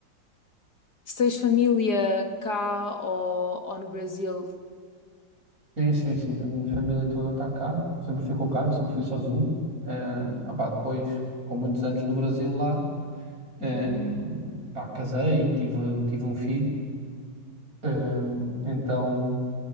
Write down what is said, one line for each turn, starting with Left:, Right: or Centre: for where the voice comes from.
Left: se tens família cá ou, ou no Brasil.
Right: Sim, sim, sim. A minha família toda está cá. Sempre ficou cá, eu sempre fui sozinho. Eh, ah pá, depois, com muitos anos no Brasil lá, eh, pá, casei e tive, tive um filho. Eh, então,